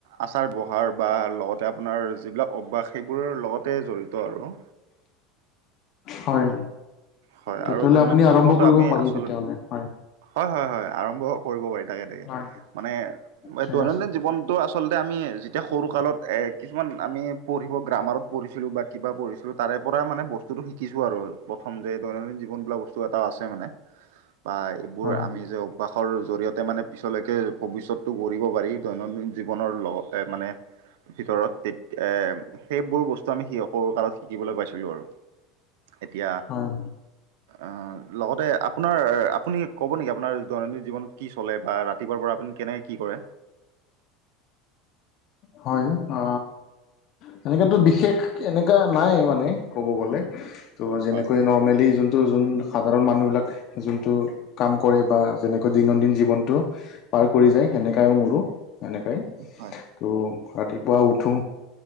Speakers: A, on the right; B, on the left.
A: আচাৰ - ব্যৱহাৰ বা লগতে আপোনাৰ যিবিলাক অভ্যাস সেইবোৰৰ লগতে জড়িত আৰু।
B: হয়।
A: হয়
B: তেতিয়াহ'লে
A: আৰু দৈনন্দিন
B: আপুনি আৰম্ভ
A: জীৱনটো
B: কৰিব
A: আমি
B: পাৰি
A: আচলতে
B: তেতিয়াহলে হয়।
A: হয় হয় হয়, আৰম্ভ কৰিব পাৰি তাকে তাকে
B: হয়
A: মানে এ
B: ঠিক
A: দৈনন্দিন
B: আছে
A: জীৱন তো আচলতে আমি যেতিয়া সৰুকালত এ কিছুমান আমি পঢ়িব গ্ৰামাৰত পঢ়িছিলোঁ বা কিবা পঢ়িছিলো তাৰে পৰাই মানে বস্তুটো শিকিছোঁ আৰু প্ৰথম যে দৈনন্দিন জীৱনবিলাক বস্তু এটা আছে মানে বা এইবোৰ
B: হয়
A: আমি যে বাসৰ জৰিয়তে মানে পিছলৈকে ভৱিষ্যতটো গঢ়িব পাৰি দৈনন্দিন জীৱনৰ লগ এ মানে ভিতৰত তেত এ সেইবোৰ বস্তু আমি সি সৰু কালত শিকিবলৈ পাইছিলোঁ আৰু। এতিয়া
B: হয়
A: অ লগতে আপোনাৰ আপুনি ক'ব নেকি আপোনাৰ দৈনন্দিন জীৱনত কি চলে বা ৰাতিপুৱাৰ পৰা আপুনি কেনেকে কি কৰে?
B: হয় অ সেনেকাটো বিশেষ এনেকা নাই মানে ক'ব গ'লে, ত' যেনেকৈ
A: হয় হয়।
B: নৰ্মেলি যোন ত যোন সাধাৰণ মানুহবিলাক যোনটো কাম কৰে বা যেনেকৈ দৈনন্দিন জীৱনটো পাৰ কৰি যায় সেনেকাই আৰু মোৰো সেনেকাই।
A: হয়।
B: তো ৰাতিপুৱা উঠো,